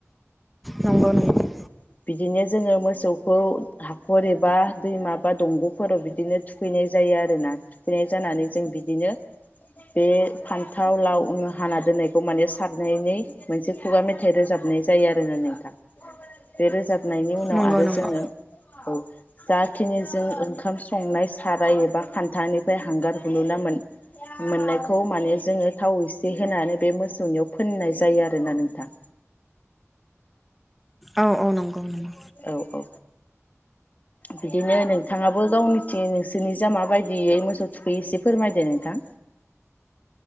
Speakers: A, in the centre; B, on the left.
A: नंगौ नंगौ
B: औ बिदिनो जोङो मोसौखौ हाखर एबा दैमा बा दंग'फोराव बिदिनो थुखैनाय जायो आरोना थुखैनाय जानानै जों बिदिनो बे फान्थाव लाव उनु हाना दोननायखौ माने सारनायनै मोनसे खुगा मेथाइ रोजाबनाय जायो आरोना नोंथां। बे रोजाब खांनायनि उनाव
A: नंगौ
B: आरो
A: नंगौ
B: जोङो औ जाखिनि जों ओंखाम संनाय साराय एबा खान्थानिफ्राय हांगार हुलुना मोन-मोननायखौ खौ माने जोङो थाव इसे होनानै बे मोसौनियाव फोननाय जायो आरोना नोंथां।
A: औ औ नंगौ नंगौ।
B: औ औ बिदिनो नोंथाङाबो गावनिथिं नोंसोरनिजां माबायदियै मोसौ थुखैयो एसे फोरमायदो नोंथां।